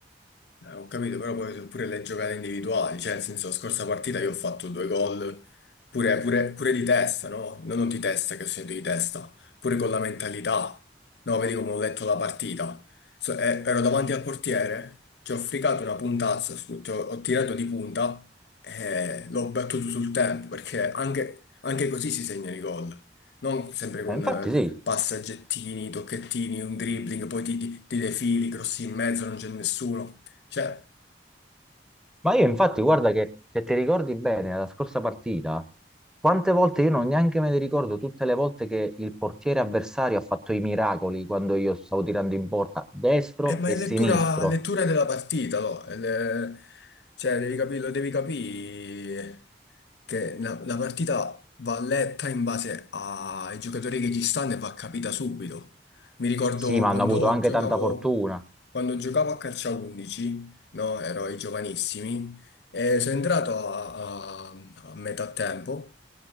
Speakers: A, on the left; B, in the centre.
A: Eh, ho capito, però poi pure le giocate individuali, cioè nel senso, la scorsa partita io ho fatto due gol, pure, pure- pure di testa, no? No, Non di testa, che ho segnato di testa, pure con la mentalità. No, vedi come ho letto la partita. So- eh, ero davanti al portiere, ci ho fricato una puntazza, su- ci ho, ho tirato di punta e l'ho battuto sul tempo, perché anche, anche così si segnano i gol. Non sempre con
B: Eh, infatti
A: eh,
B: sì,
A: passaggettini, tocchettini, un dribbling, poi ti, ti ti defili, crossi in mezzo, non c'è nessuno. Cioè,
B: ma io infatti guarda che se ti ricordi bene la scorsa partita, quante volte io non neanche me ne ricordo tutte le volte che il portiere avversario ha fatto i miracoli quando io stavo tirando in porta destro
A: eh, ma
B: e
A: è
B: sinistro.
A: lettura, lettura della partita, no? È le- Cioè, devi capirlo, devi capire che la, la partita va letta in base ai giocatori che ci stanno e va capita subito. Mi ricordo
B: Sì, ma
A: quando
B: hanno avuto anche
A: giocavo,
B: tanta fortuna.
A: quando giocavo a calcio a 11, no? Ero ai giovanissimi e sono entrato a, a- a metà tempo